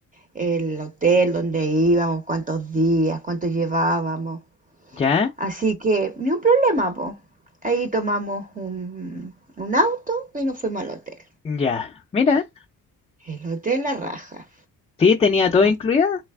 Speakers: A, on the right (about 25°); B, on the left (about 20°).
A: El hotel donde íbamos, cuántos días, cuánto llevábamos.
B: ¿Ya?
A: Así que, ni un problema, po. Ahí tomamos un, un auto y nos fuimos al hotel.
B: ¿Ya? Mira,
A: El hotel La Raja.
B: sí, tenía todo incluido.
A: A